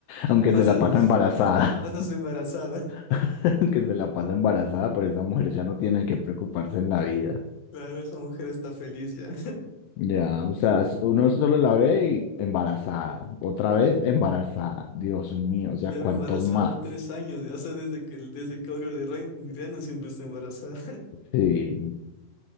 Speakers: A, on the left; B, on the left.
A: aunque
B: Pasas,
A: se la pasa embarazada.
B: pasas embarazada. <laughs>
A: <laughs> Que se la pasa embarazada, pero esa mujer ya no tiene que preocuparse en la vida.
B: Claro, esa mujer está feliz ya. <laughs>
A: Ya, o sea, es- uno solo la ve y embarazada, otra vez embarazada, Dios mío, o sea,
B: Lleva
A: ¿cuántos
B: embarazada
A: más?
B: tres años, o sea, desde que, desde que Olga de Ren, Reno siempre está embarazada.
A: Sí.